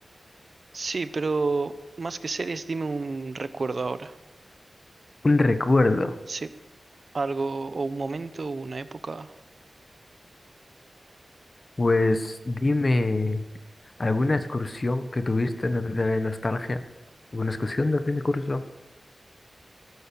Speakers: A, on the right; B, on the left.
A: Sí, pero más que series, dime un recuerdo ahora.
B: Un recuerdo.
A: Sí, algo o un momento, una época.
B: Pues dime, ¿alguna excursión que tuviste no te trae nostalgia? ¿Alguna excursión de fin de curso,